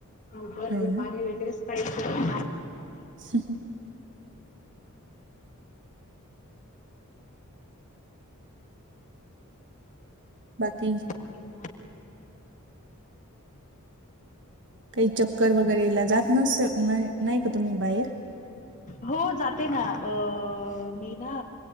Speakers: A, on the left; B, on the right.
A: उबराला
B: हो ना
A: पाणी वगैरें क <unintelligible>
B: ह <unintelligible> बाकी
A: बाकी कां
B: कांहीं चक्कर वगैरेंला जातं नसतां कां तुम्हीं बाहेर
A: हो जाते नां ओ मी नां